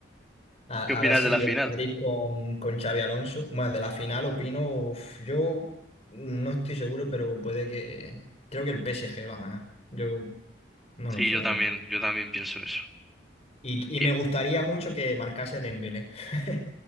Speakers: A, on the left; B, in the centre.
A: A,
B: ¿Qué opinas
A: a ver si
B: de la final?
A: el Madrid con, con Xavi Alonso. Bueno, de la final opino, uf, yo no estoy seguro, pero puede que... Creo que el PSG va a ganar. Yo no
B: sí,
A: lo sé,
B: yo
A: la
B: también,
A: verdad.
B: yo también pienso eso.
A: Y, y
B: Y
A: me gustaría mucho que marcase Dembélé, <laughs>